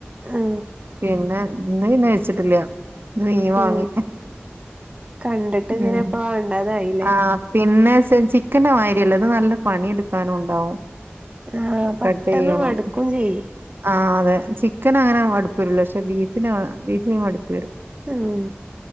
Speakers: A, on the right; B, on the right.
A: ആ
B: പിന്നെ ഇന്ന് പിന്നെ വെച്ചിട്ടില്ല. ഇന്ന് മീൻ വാങ്ങി.
A: ഉം കണ്ടിട്ട് ഇങ്ങനെ
B: ഉം
A: ഇപ്പം വേണ്ടാതായില്ലേ.
B: ആഹ് പിന്നെ ചിക്കന്റെ മാതിരിയല്ല. അത് നല്ല പണിയെടുക്കാനും ഉണ്ടാവും
A: ആ പെട്ടെന്ന്
B: കട്ട് ചെയ്യണം.
A: മടുക്കും ചെയ്യും
B: ആഹ് അതെ ചിക്കൻ അങ്ങനെ മടുപ്പ് വരൂല്ല. പക്ഷെ ബീഫിന് ബീഫിന് മടുപ്പ് വരും.
A: ഉം.